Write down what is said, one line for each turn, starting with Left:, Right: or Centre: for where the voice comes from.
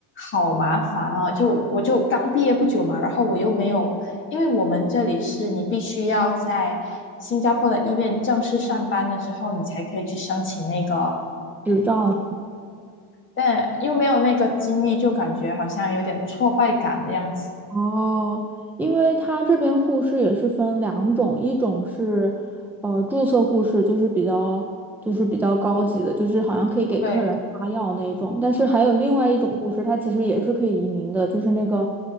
Left: 好麻烦啊，就我就刚毕业不久嘛，然后我又没有因为我们这里是你必须要在新加坡的医院正式上班了之后，你才可以去申请那个，
Centre: 执照。
Left: 但又没有那个经历，就感觉好像有点挫败感的样子。
Centre: 哦，因为他这边护士也是分两种，一种是，呃，注册护士，就是比较就是比较高级的，就是好像可以给客人发药那一种。
Left: 对，
Centre: 但是还有另外一种护士，他其实也是可以移民的，就是那个，